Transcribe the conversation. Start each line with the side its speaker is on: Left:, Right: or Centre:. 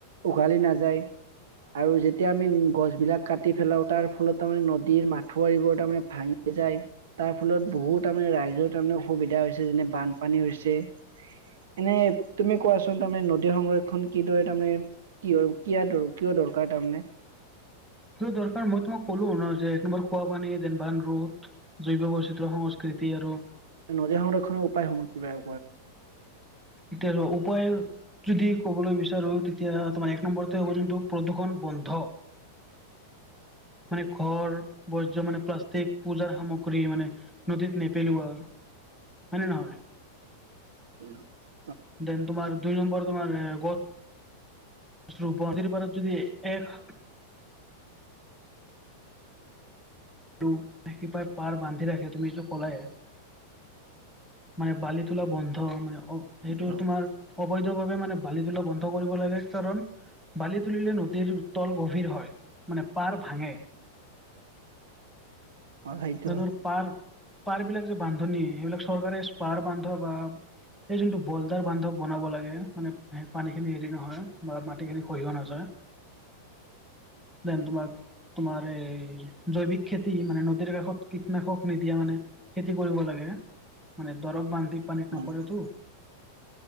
Right: উঘালি নাযায়। আৰু যেতিয়া আমি গছ বিলাক কাটি পেলাও তাৰ ফলত তাৰমানে নদীৰ মাথাউৰিবোৰ তাৰমানে ভাঙি যায়, তাৰ ফলত বহুত তাৰমানে ৰাইজৰ তাৰমানে অসুবিধা হৈছে যেনে বানপানী হৈছে। এনে তুমি কোৱাচোন তাৰমানে নদীৰ সংৰক্ষণ কিদৰে তাৰমানে কিহৰ কিয়া, কিয় দৰকাৰ তাৰমানে?
Centre: কিয় দৰকাৰ মই তোমাক ক'লো ন' যে একনম্বৰ খোৱা পানী দেন বান ৰোধ। জৈৱ বৈচিত্ৰ সংস্কৃতি আৰু
Right: নদীৰ সংৰক্ষণৰ উপায় সমূহ কিবা <unintelligible>
Centre: এতিয়া চোৱা উপায় যদি ক'বলৈ বিচাৰো তেতিয়া তোমাৰ এক নম্বৰতে হ'ব যোনটো প্ৰদূষণ বন্ধ। মানে ঘৰ বৰ্জ মানে প্লাষ্টিক পূজাৰ সামগ্ৰী মানে নদীত নেপেলোৱা। হয়নে নহয়?
Right: উম।
Centre: দেন তোমাৰ দুই নম্বৰ তোমাৰ গছ গছ ৰুপন নদীৰ পাৰত যদি এক তো সিপাই পাৰ বান্ধি ৰাখে তুমিটো কলাই মানে বালি তোলা বন্ধ মানে অ।
Right: উম
Centre: এইটো তোমাৰ অবৈধভাৱে মানে বালি তোলা বন্ধ কৰিব লাগে কাৰণ বালি তুলিলে নদীৰ তল গভীৰ হয় মানে পাৰ ভাঙে
Right: অ সেইটো
Centre: জানৰ
Right: হয়
Centre: পাৰ পাৰ বিলাক যে বান্ধ নি সেইবিলাক চৰকাৰে পাৰ বান্ধ বা এইেই যোনটো বলডাৰ বান্ধৱ বনাব লাগে মানে সেই পানীখিনি হেৰি নহয় বা মাটিখিনি খহিও নাযায় দন তোমাক তোমাৰ এই জৈৱিক খেতি মানে নদীৰ কাষ কীটনাশক নিদিয়া মানে খেতি কৰিব লাগে মানে দৰপ বান্ধি পানীত নপৰেতো
Right: উম